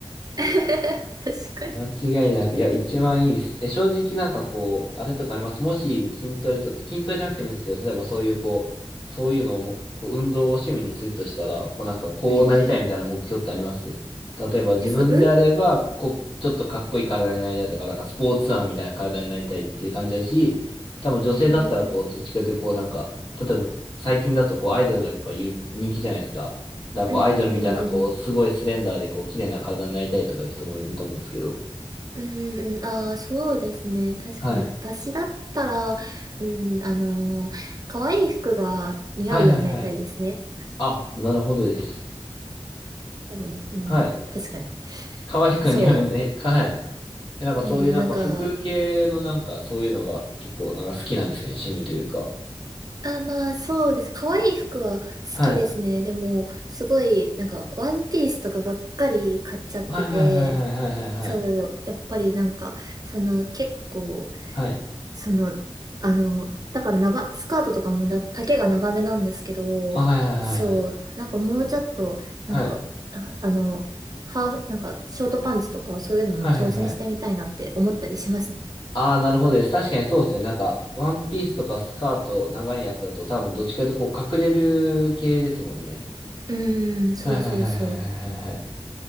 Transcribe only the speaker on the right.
<laughs> 確かに。
うんうん。え、そう、運
うん
うんうんうんうんうん
うんうん、ああ、そうですね。確かに。
私だったら、うん、あのー可愛い服が似合うようになりたいですね。
多分、うん、
確かに。
そ
う。うん、なんか、
あ、まあ、そうです。可愛い服は好きですね。
でも、すごい、なんか、ワンピースとかばっかり買っちゃってて、
そう、やっぱりなんか、その、結構、
その、あの、だから長、スカートとかもなんか丈が長めなんですけど、
そう、なんかもうちょっと、
なんか、あ、あの、ハーフ、なんか、ショートパンツとかそういうのも挑戦してみたいなって思ったりしますね。
うーん、そうそうそう。